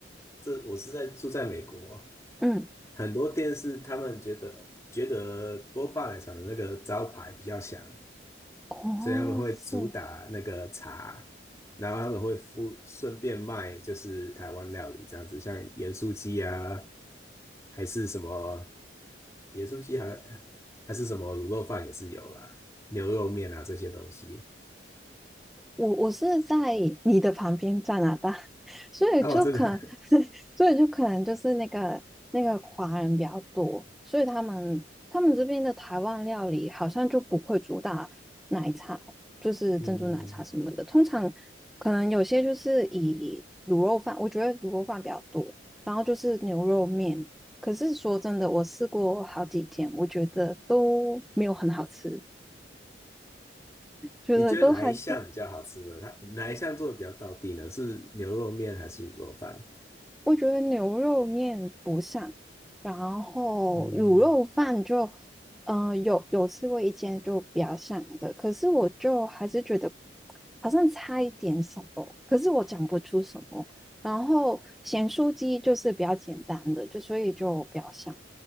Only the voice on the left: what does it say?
这我是在住在美国，
很多店是他们觉得觉得波霸奶茶的那个招牌比较响，
所以他们会主打那个茶，
然后他们会附顺便卖就是台湾料理这样子，像盐酥鸡啊，还是什么盐酥鸡好像，还是什么卤肉饭也是有啦，牛肉面啊这些东西。
然后真的
嗯，
你觉得哪一项比较好吃呢？它哪一项做的比较到地呢？是牛肉面还是卤肉饭？
嗯，